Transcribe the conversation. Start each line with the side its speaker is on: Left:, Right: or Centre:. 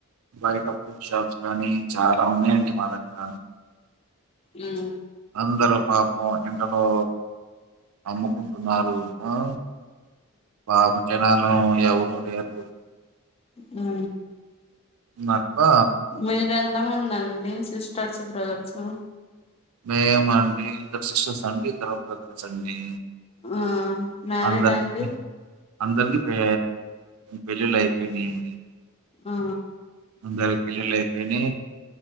Right: బయట ఫ్రూడ్ షాప్స్ గానీ చాలా ఉన్నాయండి మా దగ్గర.
Left: ఆ.
Right: అందరూ పాపం ఎండలో అమ్ముకుంటున్నారు ఆ. బాబు జనాల ఎవరూ లేరు.
Left: ఉ.
Right: మక్కువ.
Left: మీరు ఎంతమంది అండి సిస్టర్స్ బ్రదర్సు.
Right: మేమా అండి ఇద్దరు సిస్టర్స్ అండి ఇద్దరు బ్రదర్స్ అండి.
Left: ఆ మ్యారిడ్
Right: అందరికి
Left: అండి.
Right: అందరికి పె పెళ్ళిళ్ళు అయిపోయినాయండి.
Left: ఆ.
Right: అందరికి పెళ్లిళ్లు అయిపోయినీ